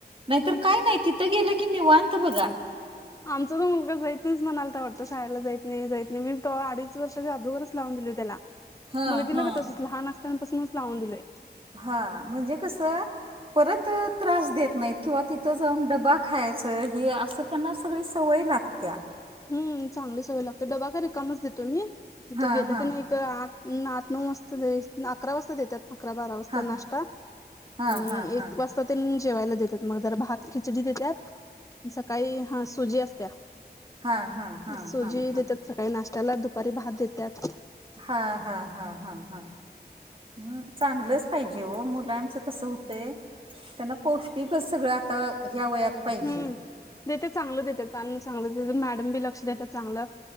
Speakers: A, on the right; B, on the left.
A: नाहीतर
B: हम्म
A: काय नाही ति थ गेल की निवांत बघा.
B: आमचा पण मुलगा जाईत नाहीचं म्हणालता वाटतं शाळेला जाईत नाही जाईत नाही मी तवा अडीच वर्षाच्या आदूगरच लावून दिलोय त्याला.
A: हा
B: मुलगीला
A: हा
B: बी तसंच लहान असताना पासनच लावून दिलोय.
A: हा म्हणजे कसं परत त्रास देत नाहीत किंवा तिथं जाऊन डबा खायचं हे असं त्यांना सगळी सवय लागत्या.
B: हम्म. चांगली सवय लागत्या. डबा काय रिकामाच देतोय मी तिथ
A: हा
B: गेलं
A: हा
B: की नाही तिथं आठ आठ नऊ वाजता अकरा वाजता देत्यात. अकरा बारा वाजता
A: हा
B: नाश्ता
A: हा
B: आणि
A: हा हा हा
B: एक वाज ता तेनी जेवायला देतात म जरा भात खिचडी देत्यात. सकाळी हा सुजी असत्या.
A: हा हा. हा
B: सुजी
A: हा हा
B: देत्यात सकाळी नाश्त्याला. दुपारी भात देत्यात.
A: हा हा हा हा हा. हं. चांगलंच पाहिजे ओ मुलांचं कसं हूतंय त्यांना पौष्टिक अस सगळं आता ह्या वयात पाहिजे
B: हम्म. देत्यात चांगलं देत्यात अन्न चांगलंच देत्यात मॅडम बी लक्ष देत्यात चांगलं.